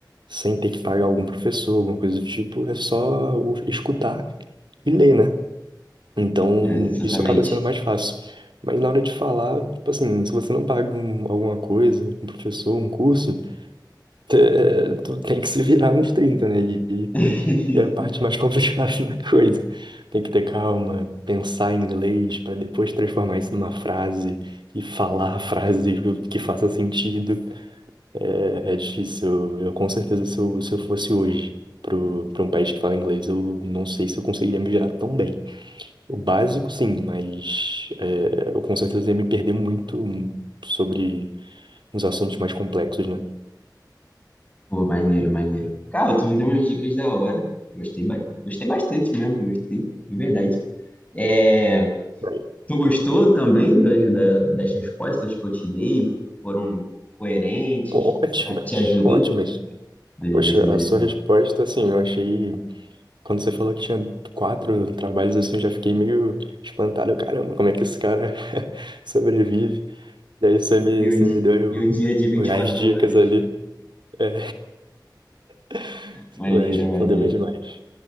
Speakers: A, on the right; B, on the left.
A: sem ter que pagar algum professor, alguma coisa do tipo, é só o- escutar e ler, né? Então,
B: É, exatamente.
A: isso acaba sendo mais fácil. Mas na hora de falar, tipo assim, se você não paga um- alguma coisa, um professor, um curso. é, tu tem que se virar nos 30, né? E, e
B: <laughs>
A: e é a parte mais complicada <laughs> da coisa. Tem que ter calma, pensar em inglês para depois transformar isso numa frase e falar <laughs> a frase que faça sentido. É, é difícil. Eu, com certeza, se eu, se eu fosse hoje pro, pra um país que fala inglês, eu não sei se eu conseguiria me virar tão bem. O básico, sim, mas é, eu com certeza ia me perder muito sobre uns assuntos mais complexos, né?
B: Pô, maneiro, maneiro. Cara, tu me deu umas dicas da hora. Gostei, ba- gostei bastante mesmo, gostei, de verdade. É,
A: Bem,
B: Tu gostou também das, da- das respostas que eu te dei? Foram coerentes?
A: Ótimas,
B: Será que te ajudou?
A: ótimas.
B: Beleza,
A: Poxa,
B: beleza.
A: a sua resposta, assim, eu achei. Quando você falou que tinha quatro trabalhos, assim, eu já fiquei meio espantado. Caramba, como é que esse cara <laughs> sobrevive? Daí você me,
B: E um,
A: você
B: di-
A: me deu
B: e um dia de 24
A: o- as dicas
B: horas.
A: ali. É. <laughs>
B: Maneiro,
A: Pô, respondeu
B: maneiro.
A: bem demais.